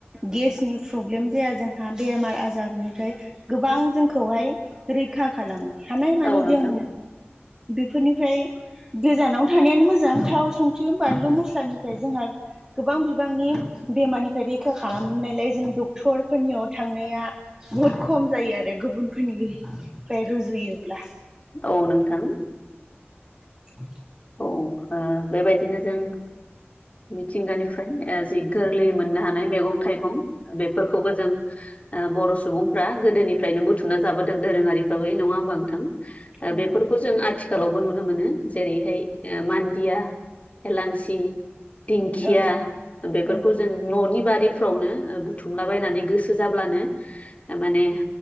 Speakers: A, on the right (about 15°); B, on the left (about 30°).
A: गेसनि प्रब्लेम जाया जोंहा बेमार आजारनिफ्राय गोबां जोंखौहाय रैखा खालामो हानायमानि
B: औ नोंथां
A: जों बेफोरनिफ्राय गोजानावनो थानायानो मोजां थाव संख्रि बानलु मस्ला साननिफ्राय जोंहा गोबां बिबांनि बेमारनिफ्राय रैखा खालामनायलाय जों डक्टरफोरनियाव थांनाया बुहुद खम जायो आरो गुबुनफोरनिफ्राय रुजुयोब्ला
B: औ नोंथां
A: <inaudible>
B: औ बेबायदिनो जों मिथिंगानिफ्राय ओ जि गोरलै मोननो हानाय मैगं थाइगं बेफोरखौबो जों ओ बर' सुबुंफ्रा गोदोनिफ्रायनो बुथुमना जाबोदों दोरोङारि फाबै नङा होमबा नोंथां
A: नंगौ
B: बेफोरखौ जों आथिखालावबो नुनो मोनो जेरैहाय ओ मान्दिया एलांसि दिंखिया
A: औ
B: बेफोरखौ
A: नंगौ
B: जों न'नि बारिफ्रावनो बुथुमलाबायायनानै गोसो जाब्लानो थारमाने